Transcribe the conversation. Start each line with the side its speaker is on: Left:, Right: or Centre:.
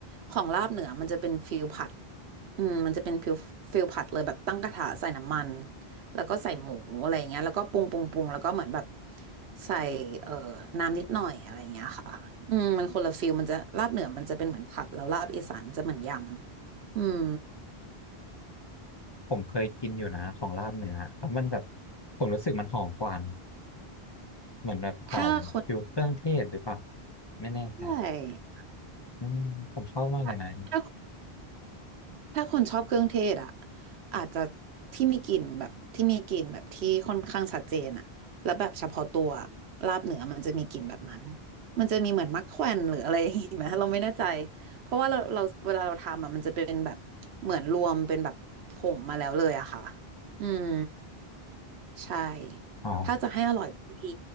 Right: ของลาบเหนือมันจะเป็นฟิลผัดอืมมันจะเป็นฟิลฟิลผัดเลยแบบตั้งกระทะใส่น้ำมันแล้วก็ใส่หมูอะไรอย่างเงี้ยแล้วก็ปรุงปรุงปรุงแล้วก็เหมือนแบบใส่เอ่อน้ำนิดหน่อยอะไรอย่างเงี้ยค่ะอืมมันคนละฟิลมันจะลาบเหนือมันจะเป็นเหมือนผัดแล้วลาบอีสานมันจะเหมือนยำอืม
Left: ผมเคยกินอยู่นะของลาบเนื้อเพราะมันแบบผมรู้สึกมันหอมกว่าเหมือนแบบหอมฟิวเครื่องเทศหรือเปล่า
Right: ถ้าคน
Left: ไม่แน่ใจ
Right: ใช่
Left: อืมผมชอบมากเลยนะ
Right: ถ้าถ้า ถ้าคนชอบเครื่องเทศอ่ะอาจจะที่มีกลิ่นแบบที่มีกลิ่นแบบที่ค่อนข้างชัดเจนอ่ะแล้วแบบเฉพาะตัวลาบเหนือมันจะมีกลิ่นแบบนั้นมันจะมีเหมือนมักแควนหรืออะไรอย่างงี้ไหม <laughs> เราไม่แน่ใจเพราะว่าเราเราเวลาเราทำอ่ะมันจะเป็นแบบเหมือนรวมเป็นแบบผงมาแล้วเลยอะค่ะอืม ใช่
Left: อ๋อ
Right: ถ้าจะให้อร่อยมี